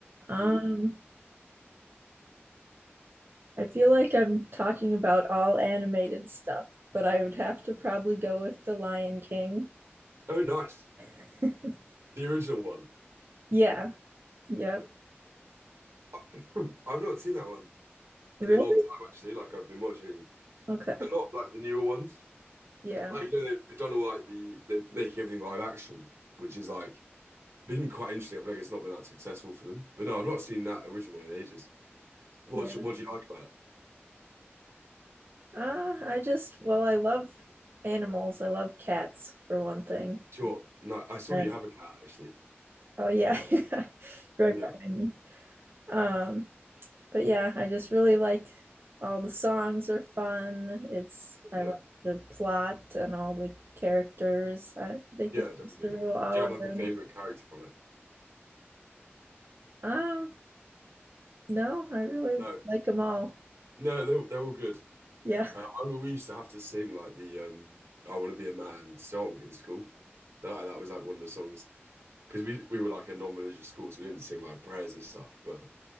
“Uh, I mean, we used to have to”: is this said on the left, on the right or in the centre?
Right